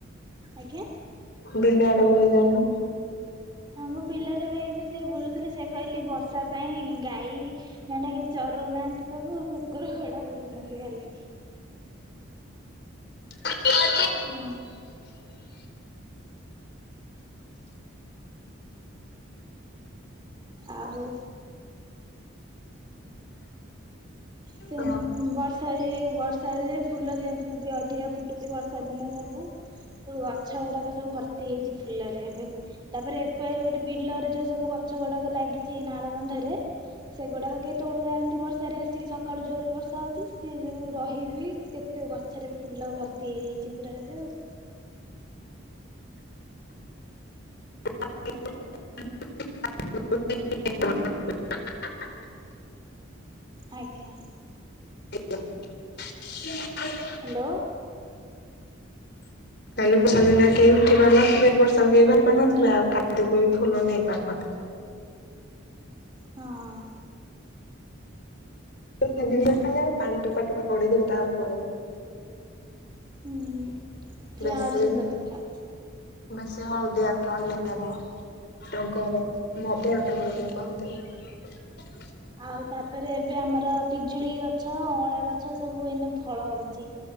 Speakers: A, on the right; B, on the left.
A: ଆଜ୍ଞା?
B: ବିଲିଆଡେ ବୁଲି ଯାଉନ?
A: ହଁ ବା ବିଲରେ ବା ଏଇନା ସେ ବୁଲୁଥିଲି ସେ କହିଲି ବର୍ଷା ପାଇଁ ଗାଈ <unintelligible> କିଛି ଚରଉନାହାନ୍ତି ସବୁ କୁକୁର ଗୋଡା ବୁଲୁଛନ୍ତି ଖାଲି।
B: ଆା <unintelligible>
A: ହଁ <unintelligible> ଆଉ। ସେ
B: ଆଉ
A: ବର୍ଷା ଏ ବର୍ଷ ରେ <unintelligible> ଫୁଲ ଅଧିକା ଫୁଟୁଛି ବର୍ଷା ଦିନେ ସବୁ ସବୁ ଗଛ ଗୁଡାକ ସବୁ ଭର ଭର୍ତି ହେଇଛି ଫୁଲରେ ଏବେ ତାପରେ ଏପ ଗୋଟେ ବିଲରେ ଯୋଉ ସବୁ ଗଛ ଗୁଡାକ ଲାଗିଛି ନାଳବନ୍ଧରେ ସେଗୁଡାକ କେହି ତୋଳୁନାହାନ୍ତି ବର୍ଷାରେ ଆସିକି ସ ସକାଳୁ ଜୋରରେ ବର୍ଷା ହେଉଛି ସେ ସବୁ ରହିବି କେତେ ଗଛରେ ଫୁଲ ଭର୍ତ୍ତି ହେଇଯାଇଛି ପୁରା ଏବେ ଆଉ।
B: <unintelligible>
A: ଆଜ୍ଞା।
B: ଆଜ୍ଞା <unintelligible>
A: ହ୍ୟାଲୋ।
B: <inaudible> କାଲି ବର୍ଷା ଦିନ କେହି ଉଠି ପାରୁନଥିବେ ବର୍ଷାକୁ କେ ପାରୁ ନଥିଲା ଆଉ ଖାଦ୍ୟକୁ ବି ଫୁଲ ନେଇ ପାରୁନଥିଲା।
A: ହଁ।
B: ଏଇ କ୍ଷୀଣା ବିଲରେ ଖାଲ ପାଣି ଟୋପା ଟୋପା ପଡିଥିବ ତା ଉପରେ।
A: ହୁଁ ସେ
B: ବେଶୀ
A: ଆହୁରି ସୁନ୍ଦର ଦେଖିଉଛି।
B: ବେଶୀ ହଳଦିଆ କନି କେବଳ। ଟଗର ମଦର ଟଗର ଯୋଉ କହନ୍ତି।
A: ଆଉ ତାପରେ ଏବେ ଆମର ପିଜୁଳି ଗଛ, ଅଁଳା ଗଛ ସବୁ ଏନେ ଫଳ ହଉଛି।